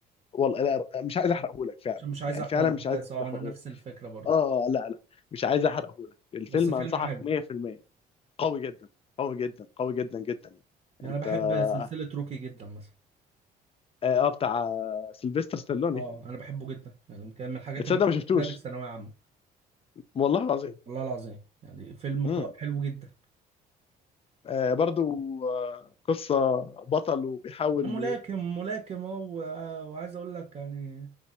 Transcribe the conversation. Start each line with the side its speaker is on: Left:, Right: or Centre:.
Left: والله لا، مش عايز احرقه لك فعلا
Right: عشان مش عايز
Left: يعني
Right: احرق
Left: فعلا
Right: الاحداث
Left: مش عايز
Right: اه
Left: احرقه
Right: انا نفس الفكره برضه
Left: اه لا لا مش عايز احرقه لك الفيلم
Right: بس فيلم
Left: انصحك
Right: حلو
Left: 100% قوي جدا قوي جدا قوي جدا جدا يعني.
Right: يعني
Left: انت
Right: انا بحب
Left: اه
Right: سلسله روكي جدا مثلا
Left: آه، بتاع سيلفستر ستالوني
Right: اه انا بحبه جدا يعني كان من الحاجات
Left: تصدق
Right: اللي
Left: ما شفتوش
Right: بتزاني في ثانويه عامه
Left: والله العظيم
Right: والله العظيم يعني فيلم
Left: امم
Right: ق- حلو جدا
Left: آه برضو آه قصة بطل وبيحاول
Right: ده ملاكم ملاكم اه و- آه، وعايز اقول لك يعني